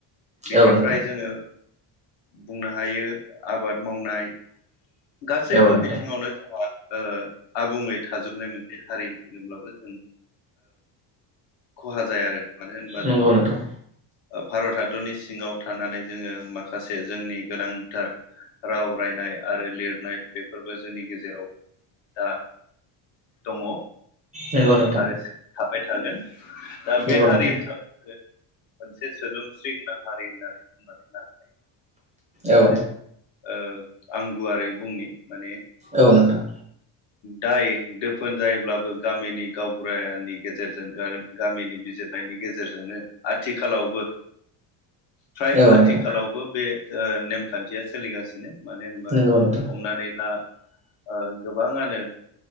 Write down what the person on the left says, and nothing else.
बेनिफ्राय
जोङो बुंनो हायो आबाद मावनाय गासैबो
बिथिङावनो जोंहा आबुङै थाजोबनाय मोनसे हारि होनोब्लाबो जों खहा जाया आरो मान होन बाज
भारत हादरनि सिङाव थानानै जोङो माखासे जोंनि गोनांथार राव रायनाय आरो लिरनाय बेफोरबो जोंनि गेजेराव दा दङ
आरो थाबाय थागोन दा
बे हारि
हिसाबै मोनसे सोदोमस्रि गोनां हारि होननानै बुंनानै लानो
ओ आं गुवारै बुंनि माने
दाय दोफोन जायोब्लाबो गामिनि गावबुरानि गेजेरजों गामिनि बिजिरनायनि गेजेरजोंनो आथिखालावबो फ्राय
आथिखालावबो
बे ओ नेमखान्थिया सोलिगासिनो। मानो होनबा
हमनानै ला ओ गोबाङानो